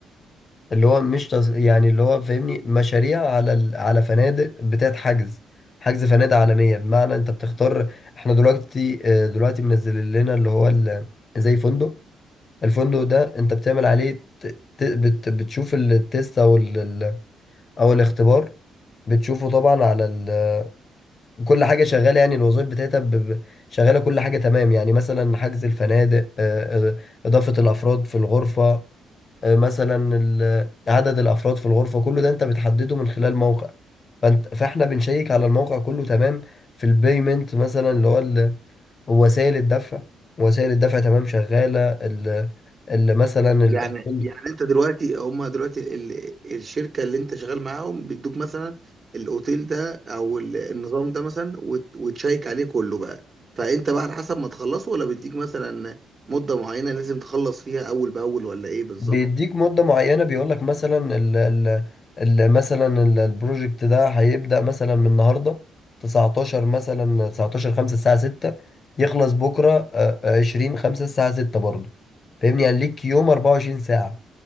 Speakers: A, on the left; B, on the right.
A: اللي هو مش تص... يعني اللي هو فاهمني مشاريع على ال... على فنادق بتاعت حجز حجز فنادق عالمية بمعنى انت بتختار احنا دلوقتي آه، دلوقتي منزل لنا اللي هو ال... زي فندق الفندق ده انت بتعمل عليه ت... ت- بت... بتشوف التيست او ال... ال- او الاختبار بتشوفه طبعا على ال... كل حاجة شغالة يعني الوظائف بتاعتها ب... ب- شغالة كل حاجة تمام يعني مثلا حجز الفنادق آه، آه، إضافة الأفراد في الغرفة آه، مثلا ال- عدد الافراد في الغرفه كله ده انت بتحدده من خلال موقع فانت فاحنا بنشيك على الموقع كله تمام في البيمنت مثلا اللي هو ال- وسائل الدفع وسائل الدفع تمام شغاله ال ال- مثلا
B: يعني
A: تمام
B: يعني انت دلوقتي هم دلوقتي ال... الشركه اللي انت شغال معاهم بيدوك مثلا الاوتيل ده او ال- النظام ده مثلا وت... وتشيك عليه كله بقى فانت بقى على حسب ما تخلصه ولا بيديك مثلا مده معينه لازم تخلص فيها اول باول ولا ايه بالظبط
A: بيديك مدة معينة بيقولك مثلا ال ال ال مثلا ال- البروجكت ده هيبدأ مثلا من النهاردة 19 مثلا 19 5 الساعة 6 يخلص بكرة آه، آه، 20 5 الساعة 6 برضه فاهمني يعني ليك يوم 24 ساعة